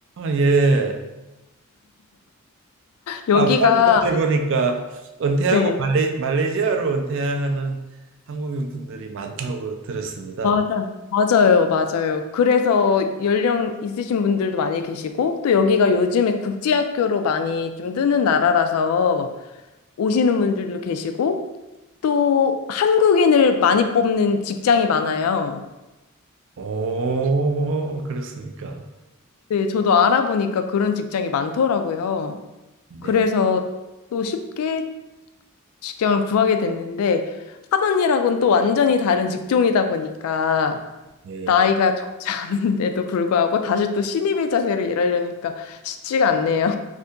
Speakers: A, on the right; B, on the left.
A: 예.
B: 여기가
A: 간만에 그렇게 보니까 은퇴하고
B: 네.
A: 말레, 말레이시아로 은퇴하는 한국인 분들이 많다고 들었습니다.
B: 맞아. 맞아요, 맞아요. 그래서 연령 있으신 분들도 많이 계시고, 또 여기가 요즘에 국제학교로 많이 좀 뜨는 나라라서 오시는 분들도 계시고, 또 한국인을 많이 뽑는 직장이 많아요.
A: 오, 그렇습니까?
B: 네, 저도 알아보니까 그런 직장이 많더라고요.
A: 네,
B: 그래서 또 쉽게 직장을 구하게 됐는데 하던 일하고는 또 완전히 다른 직종이다 보니까
A: 네.
B: 나이가 적지 않은데도 불구하고 다시 또 신입의 자세로 일하려니까 쉽지가 않네요.